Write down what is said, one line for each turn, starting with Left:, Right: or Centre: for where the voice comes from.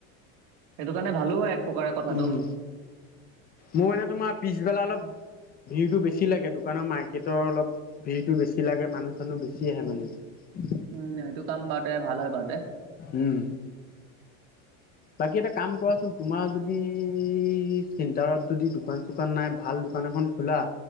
Right: সেইটো কাৰণে ভালো হয় এক প্ৰকাৰে কথাটো।
Left: উম মোৰ মানে তোমাৰ পিছবেলা অলপ ভিৰটো বেছি লাগে, দোকানৰ মাৰ্কেটৰ অলপ ভিৰটো বেছি লাগে মানুহ-চানুহ বেছি আহে মানে।
Right: উম এইটো কাম বাৰটে ভাল হয় বাৰটে
Left: উম বাকী এটা কাম কৰাচোন, তোমাৰ যদ- ই চেণ্টাৰত যদি দোকান-চোকান নাই ভাল দোকান এখন খোলা।